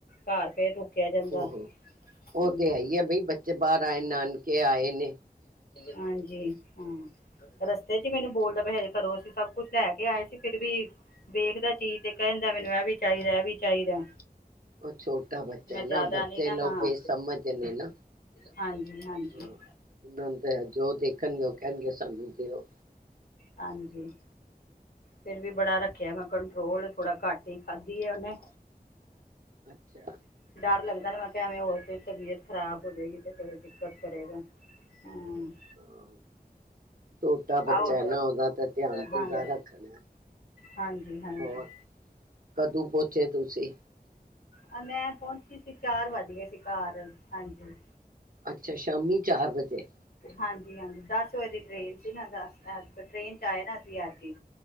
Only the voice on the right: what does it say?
ਉਹੋ ਉਹ ਤੇ ਹੈ ਹੀ ਹੈ ਬਈ ਬੱਚੇ ਬਾਹਰ ਆਏ ਨਾਨਕੇ ਆਏ ਨੇ
ਉਹ ਛੋਟਾ ਬੱਚਾ ਨਾ
ਬੱਚੇ
ਲੋਕ
ਬੇਸਮਝ ਨੇ ਨਾ
ਹਾਂ ਉਹਨਾਂ ਨੂੰ ਤਾਂ ਜੋ ਦੇਖਣਗੇ ਉਹ ਕਹਿਣਗੇ ਸਾਨੂੰ ਦਿਓ
ਅੱਛਾ।
ਹਾਂ, ਛੋਟਾ ਬੱਚਾ
ਐ ਨਾ ਉਹਦਾ ਤਾਂ ਧਿਆਨ ਪੂਰਾ
ਰੱਖਣਾ,
ਹੋਰ ਕਦੋਂ ਪੋਚੇ ਤੁਸੀਂ?
ਅੱਛਾ ਸ਼ਾਮੀ ਚਾਰ ਵਜੇ।
ਅੱਛਾ